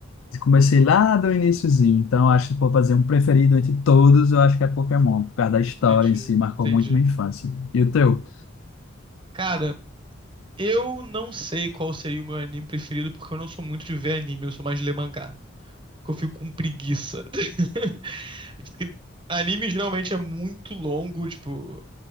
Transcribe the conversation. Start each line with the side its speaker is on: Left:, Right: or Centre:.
Left: Comecei lá do iniciozinho, então acho que se for fazer um preferido entre todos, eu acho que é Pokémon, por causa da história
Right: Entendi,
Left: em si, marcou
Right: entendi.
Left: muito minha infância. E o teu?
Right: Cara, eu não sei qual seria o meu anime preferido, porque eu não sou muito de ver anime, eu sou mais de ler mangá. Porque eu fico com preguiça. <laughs> Porque anime geralmente é muito longo, tipo.